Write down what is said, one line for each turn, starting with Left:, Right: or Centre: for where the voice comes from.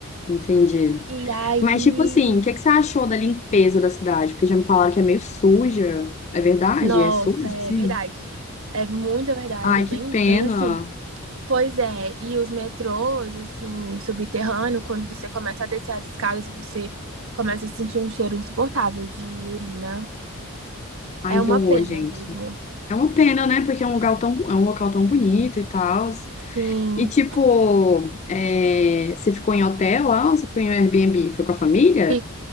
Left: entendi.
Right: E aí,
Left: Mas, tipo assim, o que que você achou da limpeza da cidade? Porque já me falaram que é meio suja. É verdade?
Right: nossa,
Left: É suja,
Right: é
Left: sim?
Right: verdade. É muita verdade,
Left: Ai,
Right: é
Left: que
Right: bem,
Left: pena.
Right: bem assim. Pois é, e os metrôs, assim, subterrâneo, quando você começa a descer as escadas, você começa a sentir um cheiro insuportável de urina.
Left: Ai,
Right: É uma
Left: que horror,
Right: pena
Left: gente.
Right: mesmo.
Left: É uma pena, né? Porque é um lugar tão, é um local tão bonito e tal.
Right: Sim,
Left: E, tipo, é, você ficou em hotel lá ou você foi em Airbnb? Foi com a família?
Right: fi-